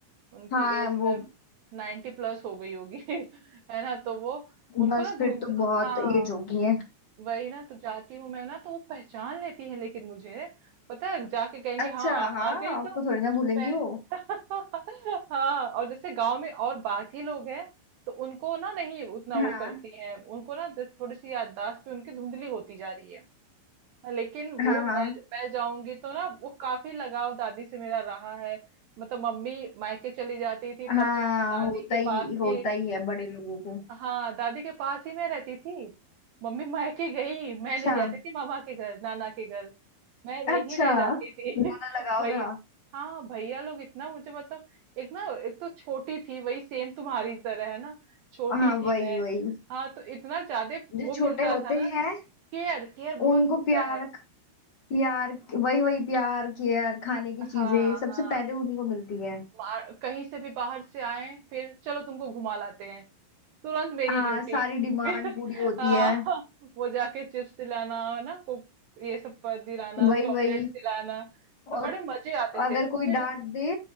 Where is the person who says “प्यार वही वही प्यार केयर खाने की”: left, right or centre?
Left